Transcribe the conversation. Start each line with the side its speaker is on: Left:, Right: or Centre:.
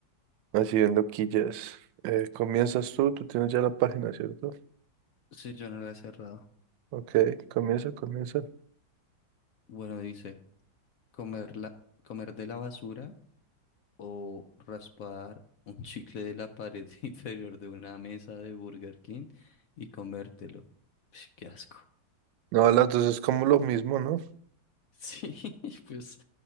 Right: así en loquillas. Eh, comienzas tú, tú tienes ya la página, ¿cierto?
Left: Sí, yo no la he cerrado.
Right: Ok, comienza, comienza.
Left: Bueno, dice, comer la, comer de la basura o raspar un <laughs> chicle de la pared <laughs> inferior de una mesa de Burger King y comértelo. Ush, qué asco.
Right: No, a las dos es como lo mismo, ¿no?
Left: Sí, <laughs> pues